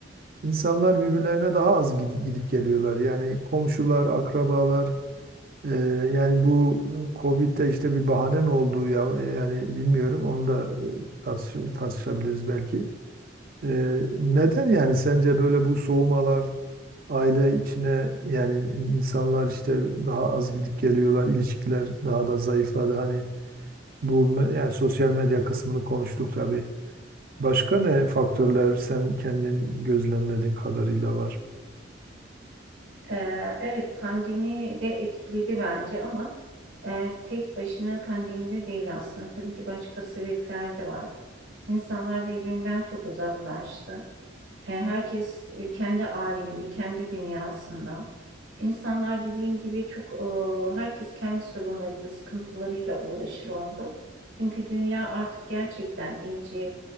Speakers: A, on the right; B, on the right.
A: İnsanlar birbirlerine daha az gidip, gidip geliyorlar. Yani komşular, akrabalar e, yani bu e, Covid'de işte bir bahane mi olduğu ya e, yani bilmiyorum. Onu da e, tartış- tartışabiliriz belki. E, neden yani sence böyle bu soğumalar Aile içine yani insanlar işte daha az gidip geliyorlar, ilişkiler daha da zayıfladı. Hani bu me- yani sosyal medya kısmını konuştuk tabii. Başka ne faktörler sen kendin gözlemlediğin kadarıyla var?
B: Ee, evet pandemi de etkiledi bence ama e, tek başına pandemide değil aslında. Tabii ki başka sebepler de var. İnsanlar birbirinden çok uzaklaştı. E, herkes e, kendi aleminde, kendi dünyasında. İnsanlar dediğim gibi çok e, herkes kendi sorunlarıyla, sıkıntılarıyla uğraşır oldu. Çünkü dünya artık gerçekten iyice